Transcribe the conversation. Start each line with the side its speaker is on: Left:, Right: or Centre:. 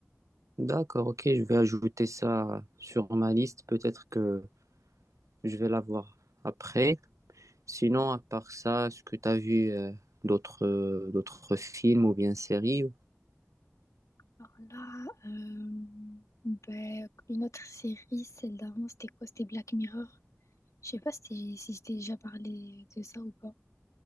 Right: D'accord, ok, je vais ajouter ça sur ma liste. Peut-être que je vais la voir après. Sinon, à part ça, est-ce que tu as vu euh, d'autres euh, d'autres films ou bien séries?
Left: Alors là, euh, ben, une autre série, celle d'avant, c'était quoi? C'était Black Mirror. Je sais pas si t'es- si je t'ai déjà parlé de ça ou pas.